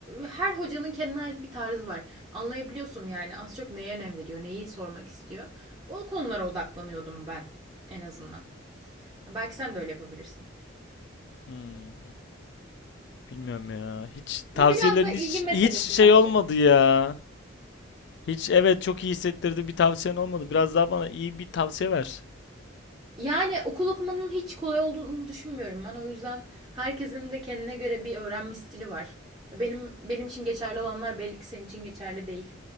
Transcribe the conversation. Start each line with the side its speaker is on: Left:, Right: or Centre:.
Right: her hocanın kendine ait bir tarzı var. Anlayabiliyorsun yani az çok neye önem veriyor, neyi sormak istiyor. O konulara odaklanıyordum ben en azından. Belki sen de öyle yapabilirsin.
Left: Hmm, bilmiyorum ya. Hiç
Right: Ve
Left: tavsiyelerin
Right: biraz da ilgi
Left: hiç
Right: meselesi
Left: hiç şey
Right: bence.
Left: olmadı ya. Hiç evet çok iyi hissettirdi bir tavsiyen olmadı. Biraz daha bana iyi bir tavsiye ver.
Right: Yani okul okumanın hiç kolay olduğunu düşünmüyorum ben. O yüzden herkesin de kendine göre bir öğrenme stili var. Benim benim için geçerli olanlar belli ki senin için geçerli değil.